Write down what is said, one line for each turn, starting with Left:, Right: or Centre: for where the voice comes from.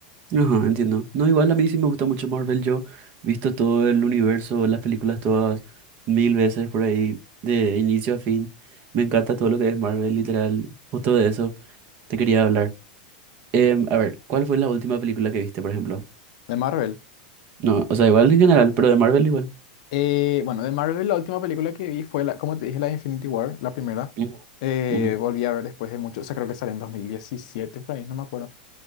Right: ajá, entiendo. No, igual a mí sí me gusta mucho Marvel. Yo he visto todo el universo, las películas todas mil veces por ahí, de inicio a fin. Me encanta todo lo que es Marvel, literal. Justo de eso te quería hablar. Em, a ver, ¿cuál fue la última película que viste, por ejemplo?
Left: De Marvel.
Right: No, o sea, igual en general, pero de Marvel igual.
Left: Eh, bueno, de Marvel la última película que vi fue, la, como te dije, la de Infinity War, la primera.
Right: Ujú,
Left: Eh,
Right: ujú.
Left: volví a ver después de mucho, o sea, creo que salió en 2017, por ahí, no me acuerdo.